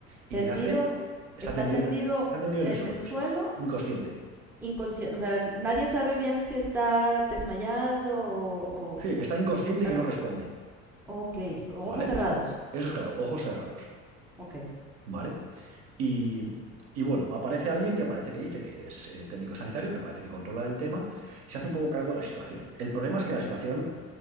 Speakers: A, on the right; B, in the centre.
A: y
B: Tendido,
A: le hace. Está
B: está
A: tendido
B: tendido
A: en el, está tendido
B: en
A: en el suelo,
B: el suelo,
A: sí. Inconsciente.
B: inconsciente. O sea, nadie sabe bien si está desmayado o, o
A: Sí, que está inconsciente
B: si está...
A: y que
B: re-
A: no responde.
B: Ok, con ojos
A: ¿Vale?
B: cerrados.
A: Eso es claro, ojos cerrados.
B: Ok.
A: ¿Vale? Y, y bueno, aparece alguien que parece que dice que es eh, técnico sanitario, que parece que controla el tema, y se hace un poco cargo de la situación. El problema es que la situación